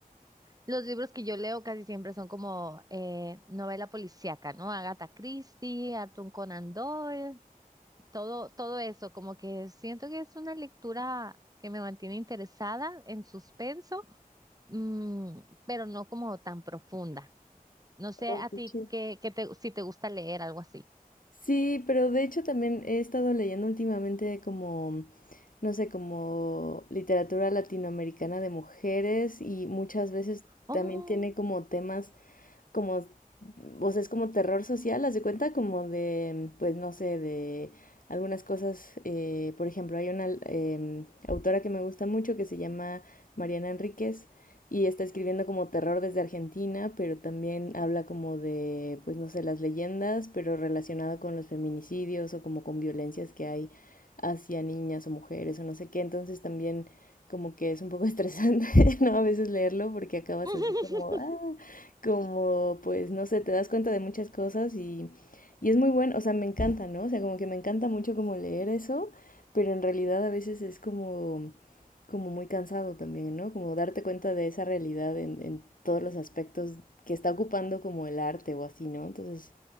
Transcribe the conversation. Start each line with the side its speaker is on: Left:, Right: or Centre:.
Right: Los libros que yo leo casi siempre son como eh, novela policíaca, ¿no? Agatha Christie, Arthur Conan Doyle, todo, todo eso, como que siento que es una lectura que me mantiene interesada en suspenso, mm, pero no como tan profunda. No sé
Left: Oh,
Right: a
Left: qué
Right: ti
Left: chido.
Right: qué, qué te, si te gusta leer algo así.
Left: Sí, pero de hecho también he estado leyendo últimamente como no sé, como literatura latinoamericana de mujeres y muchas veces
Right: Oh.
Left: también tiene como temas como, o sea, es como terror social, haz de cuenta, como de, pues no sé, de algunas cosas, eh, por ejemplo, hay una eh, autora que me gusta mucho que se llama Mariana Enríquez y está escribiendo como terror desde Argentina, pero también habla como de, pues no sé, las leyendas, pero relacionado con los feminicidios o como con violencias que hay hacia niñas o mujeres o no sé qué, entonces también como que es un poco estresante, <laughs> ¿no? A veces leerlo porque acabas
Right: <laughs>
Left: así como, ah, como pues no sé, te das cuenta de muchas cosas y, y es muy bueno, o sea, me encanta, ¿no? O sea, como que me encanta mucho como leer eso, pero en realidad a veces es como, como muy cansado también, ¿no? Como darte cuenta de esa realidad en, en todos los aspectos que está ocupando como el arte o así, ¿no? Entonces,